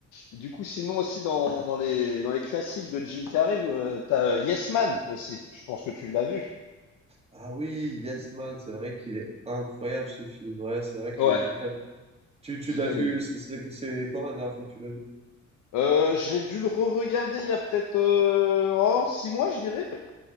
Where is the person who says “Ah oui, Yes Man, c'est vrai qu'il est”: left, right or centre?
Right